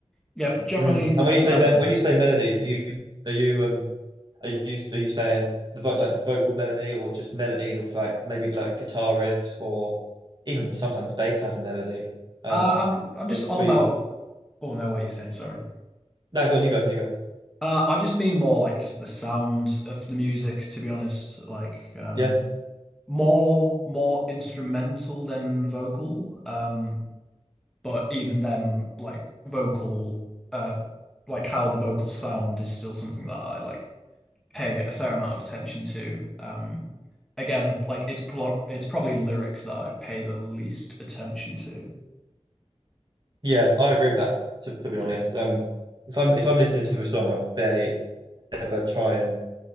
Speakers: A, in the centre; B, on the right.
A: yeah, generally
B: Mm. And when you
A: melody.
B: say me when you say melody, do you are you um are you are you saying the vo like vocal melody or just melodies of like maybe like guitar riffs or even sometimes bass has a melody. Um,
A: Uh, I'm I'm
B: or
A: just on
B: we
A: about. Oh no, what are you saying? Sorry.
B: no, go on, you go, you go.
A: Uh, I just mean more like just the sound of the music, to be honest. Like um
B: Yeah,
A: more more instrumental than vocal. Um but even then like vocal uh like how the vocals sound is still something that I like pay a fair amount of attention to. Um again, like it's pro it's probably lyrics that I pay the least attention to.
B: yeah, I agree with that. To to be
A: Yeah.
B: honest, um, if I'm if I'm listening to a song, I barely ever try and